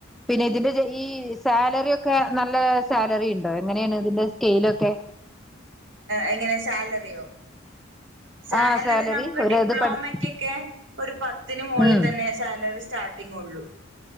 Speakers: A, in the centre; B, on the right (about 70°).
A: പിന്നെ ഇതിന്റെ ഈ സാലറിക്കെ നല്ല സാലറി ഉണ്ടോ എങ്ങനെയാണ് ഇതിന്റെ സ്കെയിലൊക്കെ
B: എങ്ങനെ സാലറിയോ സാലറി
A: ആഹ്
B: നമുക്ക്
A: ഒരു
B: ഡിപ്ലോമക്കൊക്കെ
A: ഇത് പഠിച്ച്
B: ഒരു പത്തിന് മുകളിൽ
A: ഉം
B: തന്നെ സാലറി സ്റ്റാർട്ടിങ് ഉള്ളു